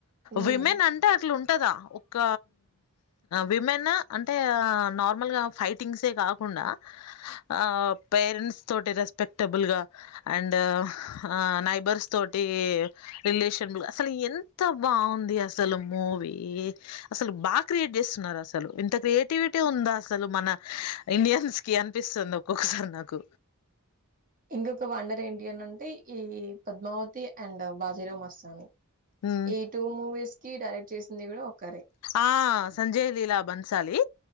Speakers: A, on the right; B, on the left.
A: హ్మ్.
B: విమెన్ అంటే అ ఉంటదా ఒక విమెన్ అంటే నార్మల్ గా ఫైటింగ్సు కాదు కాకుండా ఆ పేరెంట్స్ తోటి రెస్పెక్టబుల్గా అండ్ ఆ నయి బర్స్త తోటి రిలేషన్ అసలు ఎంత బాగుంది అసలు మూవీ అసలు బాగా క్రియేట్ చేస్తున్నారు అసలు ఇంత క్రియేటివిటీ ఉందా అసలు మన ఇండియన్స్ కి అనిపిస్తు స్తుంది ఒక్కొక్కసారి నాకు
A: ఇంకొక వండర్ ఏంటి అని అంటే ఈ పద్మావతి అండ్ బాజీరావు మస్తాని
B: హ్మ్.
A: ఈ టూ మూవీస్ కి డైరెక్ట్ చేసింది కూడా ఒకరే
B: ఆ సంజయ్ లీలా బన్సాలి